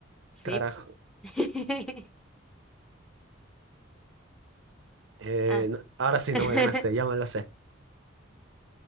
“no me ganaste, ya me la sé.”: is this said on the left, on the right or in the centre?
Right